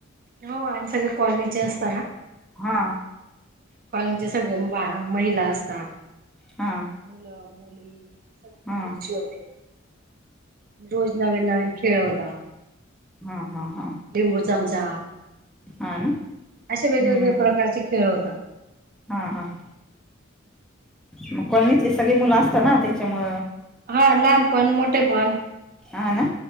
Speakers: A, on the right (about 45°); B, in the centre.
A: हो आणि सगळे कॉलनीचे असतना
B: हा
A: कॉचे सगळे बा महिला असतात
B: हा
A: मुलं मुली संगीत
B: हा
A: खुर्ची होते रोज नवीन नवीन खेळ होता
B: हा हा हा
A: लिंबू चमचा
B: ह ना
A: असे वेगवेगळे्या
B: हम्म
A: प्रकारचे खेळ होतात
B: हा हा मग कॉलनीतले सगळे मुलं असतात ना त्याच्यामुळ
A: हा लहानपण मोठे पण
B: हा ना